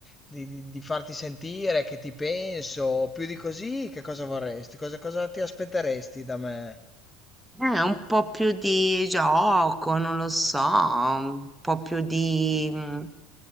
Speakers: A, on the left (about 20°); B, in the centre.
A: di, di- di farti sentire che ti penso. Più di così, che cosa vorresti? Cosa, cosa ti aspetteresti da me?
B: Eh, un po' più di gioco, non lo so, un po' più di mm,